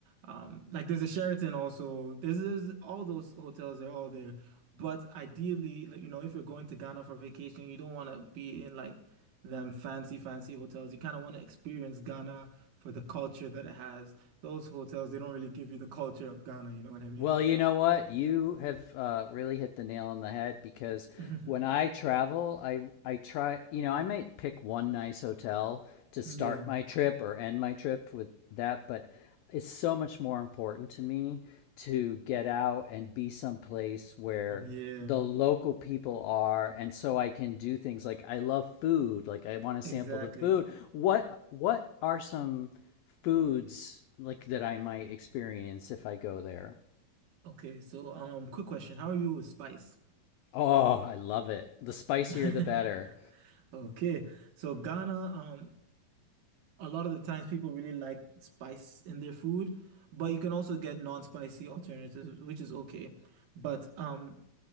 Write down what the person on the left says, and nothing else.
Well, you know what? You have uh, really hit the nail on the head because
when I travel, I I try. You know, I might pick one nice hotel to start
my trip or end my trip with that, but it's so much more important to me to get out and be someplace where
the local people are and so I can do things like I love food, like I want to sample
the food. What what are some foods like that I might experience if I go there?
Oh, I love it. The spicier
the better.